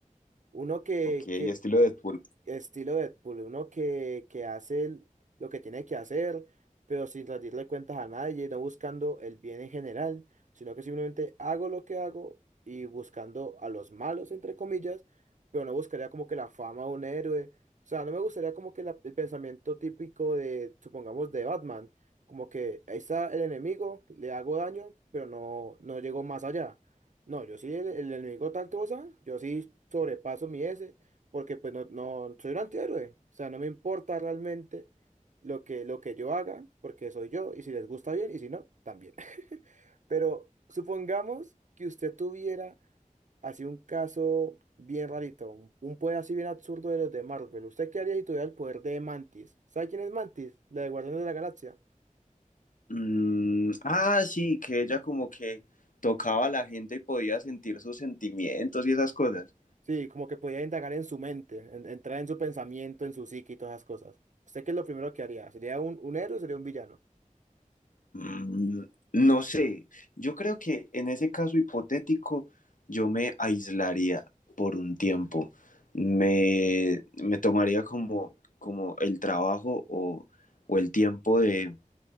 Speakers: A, on the right; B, on the left.
A: Uno que,
B: Ok,
A: que
B: estilo Deadpool.
A: estilo Deadpool, uno que, que hace el- lo que tiene que hacer, pero sin rendirle cuentas a nadie, no buscando el bien en general, sino que simplemente hago lo que hago y buscando a los malos, entre comillas, pero no buscaría como que la fama de un héroe. O sea, no me gustaría como que la- el pensamiento típico de, supongamos, de Batman, como que ahí está el enemigo, le hago daño, pero no, no llego más allá. No, yo sí, el, el enemigo tal cosa, yo sí sobrepaso mi S porque pues no, no soy un antihéroe. O sea, no me importa realmente lo que, lo que yo haga, porque soy yo, y si les gusta bien, y si no, también. <laughs> Pero supongamos que usted tuviera así un caso bien rarito, un, un poder así bien absurdo de los de Marvel. ¿Usted qué haría si tuviera el poder de Mantis? ¿Sabe quién es Mantis? La de Guardianes de la Galaxia.
B: Mm, ah, sí, que ella como que tocaba a la gente y podía sentir sus sentimientos y esas cosas.
A: Sí, como que podía indagar en su mente, en- entrar en su pensamiento, en su psique y todas esas cosas. ¿Usted qué es lo primero que haría? ¿Sería un, un héroe o sería un villano?
B: Mm, no sé, yo creo que en ese caso hipotético yo me aislaría por un tiempo. Me, me tomaría como, como el trabajo o, o el tiempo de,